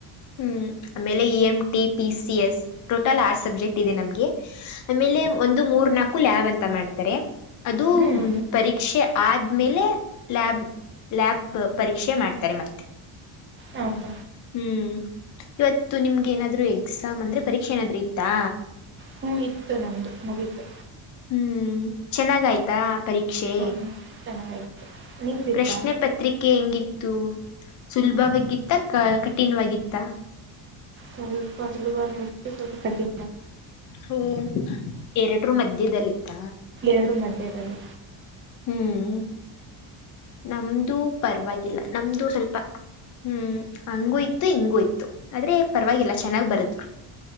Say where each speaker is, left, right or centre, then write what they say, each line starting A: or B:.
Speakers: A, on the left; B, on the right.
A: ಹ್ಮ್ ಆಮೇಲೆ E M T P C S total ಆರ್ ಸಬ್ಜೆಕ್ಟ್ ಇದೆ ನಮ್ಗೆ ಆಮೇಲೆ ಒಂದು ಮೂರ್ ನಾಕು ಲ್ಯಾಬ್ ಅಂತ ಮಾಡ್ತಾರೆ ಅದು
B: ಹ್ಮ್
A: ಪರೀಕ್ಷೆ ಆದ್ಮೇಲೆ ಲ್ಯಾಬ್ ಲ್ಯಾಬ್ ಪರೀಕ್ಷೆ ಮಾಡ್ತಾರೆ ಮತ್ತೆ <inaudible>
B: ಹೌದ
A: ಹ್ಮ್ ಇವತ್ತು ನಿಮ್ಗೆ ಏನಾದ್ರು ಎಕ್ಸಾಮ್ ಅಂದ್ರೆ ಪರೀಕ್ಷೆ ಏನಾದ್ರು ಇತ್ತಾ
B: ಹ್ಮ್ ಇತ್ತು ನಮ್ದು ಮುಗೀತು
A: ಹ್ಮ್ ಚೆನ್ನಾಗ ಆಯ್ತಾ ಪರೀಕ್ಷೆ
B: ಹ್ಮ್ ಚೆನ್ನಾಗಾಯ್ತು ನಿಮ್ದಿತ್ತಾ
A: ಪ್ರಶ್ನೆ ಪತ್ರಿಕೆ ಎಂಗಿತ್ತು ಸುಲಭವಾಗಿತ್ತ ಕ ಕಠಿಣವಾಗಿತ್ತ
B: ಚಲ್ ಪದಲು ಬ ನಲ್ ಕಠಿ
A: ಹ ಎರಡರು ಮಧ್ಯದದಲ್ಲಿತ್ತ
B: ಎರಡು ಮಧ್ಯದಲ್ಲಿ
A: ಹ್ಮ್ ನಮ್ದು ಪರವಾಗಿಲ್ಲ ನಮ್ದು ಸ್ವಲ್ಪ ಹ್ಮ್ ಹಂಗೂ ಇತ್ತು ಹಿಂಗೂ ಇತ್ತು ಆದ್ರೆ ಪರವಾಗಿಲ್ಲ ಚೆನ್ನಾಗ್ ಬರದ್